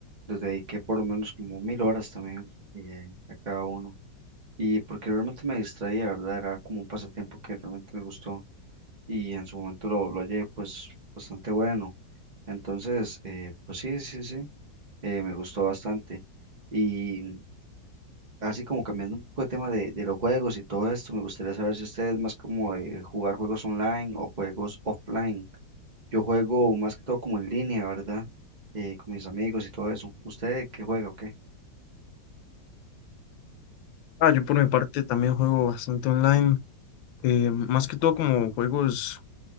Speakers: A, on the right; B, on the left.
A: les dediqué por lo menos como mil horas también eh, a cada uno. Y porque realmente me distraía, ¿verdad? Era como un pasatiempo que realmente me gustó y en su momento lo, lo hallé pues bastante bueno. Entonces, eh, pues sí, sí, sí, eh, me gustó bastante. Y así como cambiando un poco de tema de, de los juegos y todo esto, me gustaría saber si ustedes más como de jugar juegos online o juegos offline. Yo juego más que todo como en línea, ¿verdad? Eh, con mis amigos y todo eso. ¿Usted qué juega o qué?
B: Ah, yo por mi parte también juego bastante online, eh, más que todo como juegos